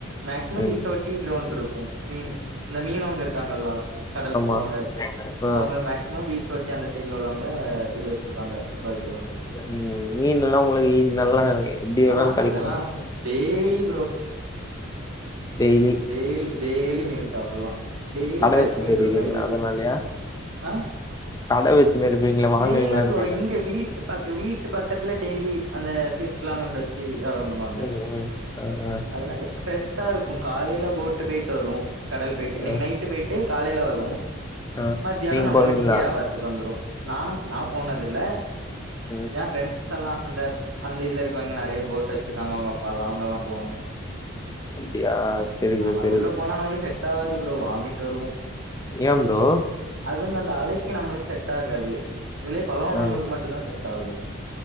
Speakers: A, on the right; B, on the left.
A: மேக்ஸிமம்
B: ம்
A: பீச் ஒட்டி கிரௌண்ட் இருக் கு மீன் இந்த மீனவங்க இருக்காங்களா கடலுக்கு
B: ஆமா
A: போவாங்க
B: ஆ
A: அவுங்க மேக்சிமம் பீச் ஒட்டி அந்த சைடுல உள்ளவுங்க இது வச்சிருப்பாங்க ஃபுட்பால் கிரௌண்ட்டு
B: ம் மீன் எல்லா உங்களுக்கு இ நல்லா எப்டி வேணாலு
A: ஆ
B: கெடைக்கிதா
A: அதெல்லா daily bro
B: daily
A: daily daily மீன் சாப்பிலா டெய்லி
B: கட
A: ஃப்ரெஷ்
B: வச்சுட்டு
A: மீன்ருக்கு
B: இருக்கீங்களா
A: எங்களுக்கு
B: அதனாலயா
A: அ
B: கட வச்சுன்னு இருப்பீங்களா வாங்குவீங்களான்னு
A: இல்ல ப்ரோ
B: கேக்குறே
A: இங்க வீட்டு பக்க வீட்டு பக்கத்துல டெய்லி அந்த ஃபிஷ்ல்லா கொண்டு வச் சி யாபாரம் பண்ணுவாங்க
B: ம் ம் ஆ ஆ
A: அதன எக்ஸ்பஸ் த்தாருக்கு காலேல போட்டு போயிட்டு வரு கடல் போயிட்டு இன்னைக்கி
B: ஆ
A: நைட்டு போயிட்டு காலேல வரு
B: ஆ
A: மத்தியானோ
B: நீங்க
A: நம்மளுக்கு
B: போவீங்களா
A: இங்க யாபாரத்துக்கு வந்துரு நா நா போனது இல்ல
B: ம்
A: என் ஃப்ரெண்ட்ஸ்க்கெல்லா அந்த அந்த இதுல இருக்கவய்ங்க நெறைய போட் டு வச்சிருக்காங்க அவுங்க அப்பால்லா அவுங்க எல்லா போவாங்க
B: அப்டியா செரி ப்ரோ
A: ஆமா
B: செரி
A: உள்ள போனா நம்மளுக்கு செட் ஆவாது ப்ரோ வாமிட் வரு
B: ஏ ப்ரோ
A: அது வந்து அந்த அலைக்கு நம்மளுக்கு செட் ஆகாது அதுலயே பழகுனவ்வுங்களுக்கு
B: ஆ
A: மட்டு தா செட் ஆகு